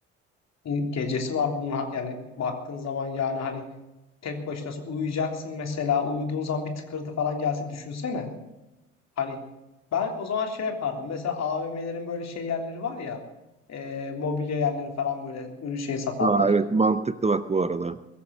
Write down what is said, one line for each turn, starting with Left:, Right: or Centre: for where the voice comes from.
Left: ya. Gecesi var bunun ha- yani baktığın zaman yani hani tek başına uyuyacaksın mesela uyuduğun zaman bir tıkırtı falan gelse düşünsene. Hani ben o zaman şey yapardım mesela AVM'lerin böyle şey yerleri var ya e, mobilya yerleri falan böyle ürün şey satanlar.
Right: Aa, evet mantıklı bak bu arada.